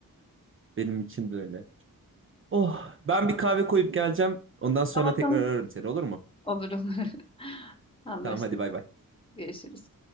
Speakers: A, on the right (about 40°); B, on the left (about 15°).
A: benim için de öyle. Oh, ben bir kahve koyup geleceğim. Ondan sonra
B: Tamam
A: tekrar
B: tamam.
A: ararım seni olur mu?
B: Olur olur. <laughs> Anlaştık.
A: Tamam hadi bay bay.
B: Görüşürüz.